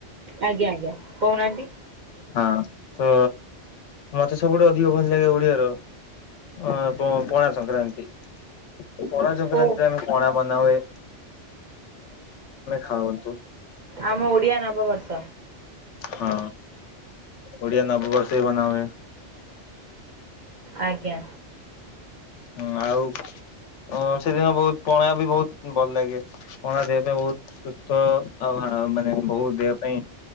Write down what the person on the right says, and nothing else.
ଆଜ୍ଞା ଆଜ୍ଞା କହୁନାହାନ୍ତି?
ଓ
ଆମ ଓଡିଆ ନବ ବର୍ଷ।
ଆଜ୍ଞା